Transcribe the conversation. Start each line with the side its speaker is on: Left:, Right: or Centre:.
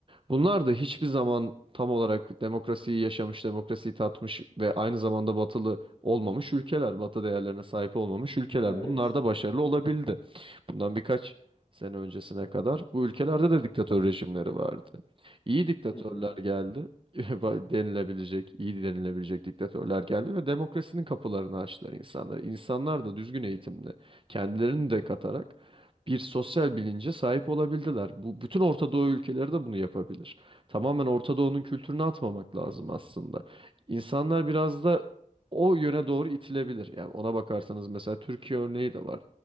Right: Bunlar da hiçbir zaman tam olarak demokrasiyi yaşamış, demokrasiyi tatmış ve aynı zamanda batılı olmamış ülkeler, batı değerlerine sahip olmamış ülkeler.
Left: Evet.
Right: Bunlar da başarılı olabildi. Bundan birkaç sene öncesine kadar bu ülkelerde de diktatör rejimleri vardı. İyi diktatörler
Left: Hı hı.
Right: geldi, <laughs> denilebilecek, iyi denilebilecek diktatörler geldi ve demokrasinin kapılarını açtılar insanlara. İnsanlar da düzgün eğitimle kendilerini de katarak bir sosyal bilince sahip olabildiler. Bu bütün Orta Doğu ülkeleri de bunu yapabilir. Tamamen Orta Doğu'nun kültürünü atmamak lazım aslında. İnsanlar biraz da o yöne doğru itilebilir. Yani ona bakarsanız mesela Türkiye örneği de var.